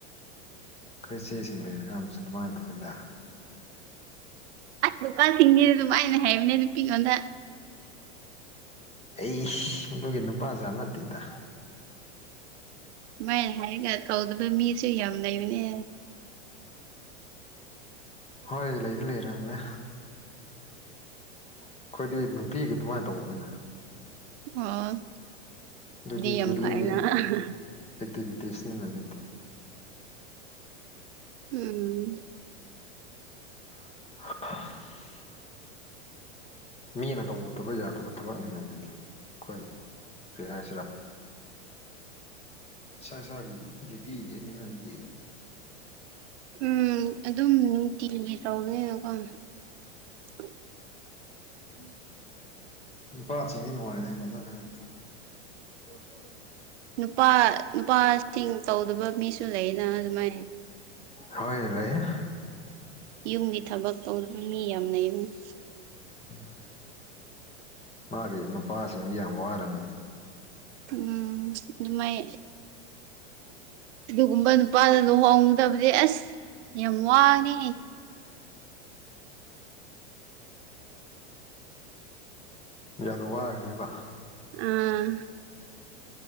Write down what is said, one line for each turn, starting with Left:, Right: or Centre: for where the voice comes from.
Left: ꯈꯣꯏ ꯆꯦꯁꯤꯡ ꯂꯩꯔꯀꯥꯟꯗꯁꯨ ꯑꯗꯨꯃꯥꯏꯅ ꯇꯧꯏꯗ
Right: ꯑꯁ ꯅꯨꯄꯥꯁꯤꯡꯒꯤꯁꯤꯅ ꯑꯗꯨꯃꯥꯏꯅ ꯍꯥꯏꯕꯅꯦ ꯅꯨꯄꯤꯉꯣꯟꯗ
Left: ꯑꯩ ꯑꯗꯨꯒꯤ ꯅꯨꯄꯥꯖꯥꯠ ꯅꯠꯇꯦꯗ
Right: ꯃꯥꯏ ꯍꯥꯏꯔꯒ ꯇꯧꯗꯕ ꯃꯤꯁꯨ ꯌꯥꯝ ꯂꯩꯕꯅꯦ
Left: ꯍꯣꯏ ꯂꯩꯗꯤ ꯂꯩꯔꯝꯅꯦ ꯑꯩꯈꯣꯏꯗꯤ ꯅꯨꯡꯇꯤꯒꯤ ꯑꯗꯨꯃꯥꯏꯅ ꯇꯧꯕꯅ
Right: ꯑꯣ
Left: ꯑꯗꯨꯗꯤ
Right: ꯌꯥꯝ
Left: ꯗꯦꯜꯂꯤ
Right: ꯐꯩꯅ
Left: ꯗꯁꯅꯦ ꯉ ꯂꯩ
Right: ꯎꯝ
Left: ꯍ ꯃꯤꯅ ꯇꯧꯗꯕ ꯌꯥꯗꯕ ꯊꯕꯛꯅꯤꯅ ꯑꯗꯨꯗꯤ ꯑꯩꯈꯣꯏ ꯐꯤꯍꯥꯏꯁꯂꯥ ꯏꯁ ꯏꯁꯥꯕꯤꯗꯤ ꯄꯤꯒꯅꯤꯅ ꯑꯗꯨꯗꯤ
Right: ꯎꯝ ꯑꯗꯨꯝ ꯅꯨꯡꯇꯤꯒꯤꯒꯦ ꯇꯧꯕꯅꯤꯅꯀꯣ <inaudible>
Left: ꯄꯥꯔꯁꯤꯅꯤ ꯅꯅꯨꯡꯉꯅꯦ ꯍꯥꯏ ꯀ ꯍꯥꯏ
Right: ꯅꯨꯄꯥ ꯅꯨꯄꯥꯁꯤꯡ ꯇꯧꯗꯕ ꯃꯤꯁꯨ ꯂꯩꯅ ꯑꯗꯨꯃꯥꯏꯅ
Left: ꯍꯣꯏ ꯂꯩꯏ
Right: ꯌꯨꯝꯒꯤ ꯊꯕꯛ ꯇꯧꯗꯨꯅ ꯃꯤ ꯌꯥꯝꯅ ꯌꯨꯝꯅꯤ
Left: ꯎꯝ ꯃꯥꯒꯤ ꯅꯨꯄꯥꯁꯤꯡ ꯌꯥꯝ ꯋꯥꯔꯝꯃꯤ
Right: ꯎꯝ ꯑꯗꯨꯃꯥꯏ ꯑꯗꯨꯒꯨꯝꯕ ꯅꯨꯄꯥꯗ ꯂꯨꯍꯣꯡꯗꯕꯗꯤ ꯑꯁ ꯌꯥꯝ ꯋꯥꯉꯦ
Left: ꯌꯥꯝꯅ ꯋꯥꯒꯅꯦꯕ
Right: ꯑꯥ